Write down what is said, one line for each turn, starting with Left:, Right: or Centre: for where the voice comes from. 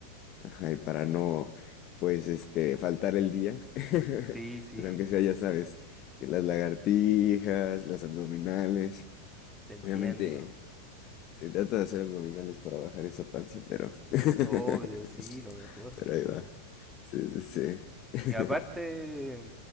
Left: Ajá, y para no, pues, este, faltar el día, <laughs>
Centre: Sí, sí,
Left: pues
Centre: <laughs>
Left: aunque sea, ya sabes, que las lagartijas, las abdominales,
Centre: te entiendo.
Left: obviamente se trata de hacer abdominales para bajar esa panza, pero, <laughs>
Centre: Obvio, sí, lo mejor,
Left: pero ahí
Centre: sí.
Left: va. Sí, sí, sí. <laughs>
Centre: Y aparte,